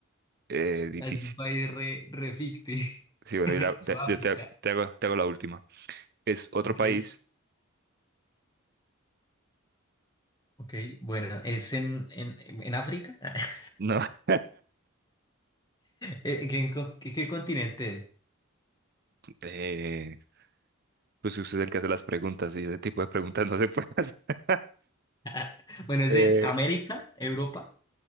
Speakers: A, on the right (about 45°); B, on the left (about 20°).
A: eh, difícil.
B: Es un país re, re ficti.
A: Sí, bueno,
B: <laughs>
A: y la-
B: Sudáfrica.
A: te- yo te, te hago, te hago la última. ¿Es otro
B: Ok,
A: país?
B: ok. Bueno, es en, en, en África. <laughs>
A: No. <laughs>
B: Eh, ¿Qué, co- qué, qué continente es?
A: Eh, pues usted es el que hace las preguntas y ese tipo de preguntas no se puede hacer. <laughs>
B: <laughs> Bueno, es
A: Eh,
B: en América, Europa.